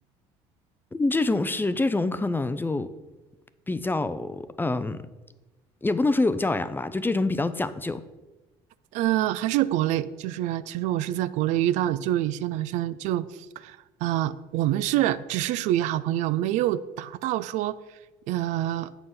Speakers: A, on the left (about 15°); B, on the right (about 70°).
A: 嗯这种是这种可能就比较嗯，也不能说有教养吧，就这种比较讲究。
B: 嗯呃，还是国内，就是其实我是在国内遇到，就是一些男生就，呃，我们是只是属于好朋友，没有达到说，呃，